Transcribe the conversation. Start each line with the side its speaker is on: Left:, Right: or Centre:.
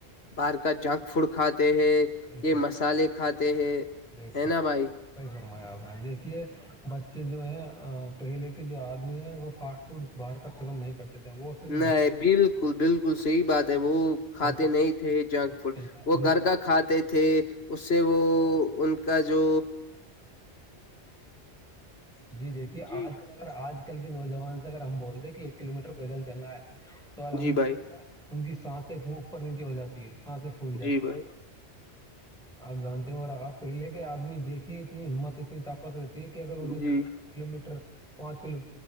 Left: باہر کا جنک فوڈ کھاتے ہے
Centre: یہی
Left: یہ
Centre: سب
Left: مسالے کھاتے ہیں
Centre: جی سر
Left: ہے نا بھائی
Centre: صحیح فرمایا آپ نے دیکھیے بچے جو ہے پہلے کے جو آدمی ہے وہ فاسٹ فوڈ باہر کا سون نہیں کرتے تھے وہ صرف
Left: نہیں
Centre: گھر کے ہی
Left: بالکل
Centre: کھانا
Left: بالکل صحیح
Centre: گھر کا
Left: بات
Centre: مطلب
Left: ہے وہ کھاتے
Centre: گھر کا کھانا
Left: نہیں
Centre: کھاتے
Left: تھے جنک
Centre: ماشاء
Left: ف
Centre: اللہ
Left: وہ
Centre: ان میں
Left: گھر
Centre: طاقت
Left: کا کھاتے
Centre: بھی ہوتی تھی
Left: تھے اس سے وہ ان کا جو
Centre: جی دیکھیے
Left: جی،
Centre: آجذرا اگر آج کل کے نوجوان سے اگر ہم بولتے ہیں کہ ایک کلو میٹر پیدل چلنا ہے تو الحمدلہ
Left: جی بھائی،
Centre: ان کی ساتھیں اوپر نیچے ہو جاتی ہے ساتھیں پھول جاتی
Left: جی بھائی،
Centre: ہے آپ جانتے ہو رہا آپ پہلے کے آدمی دیکھیے اتنی ہمت اتنی طاقت رہتی ٹھیک اوں سےھیک
Left: جی
Centre: ہے کلو میٹر پانچ کلو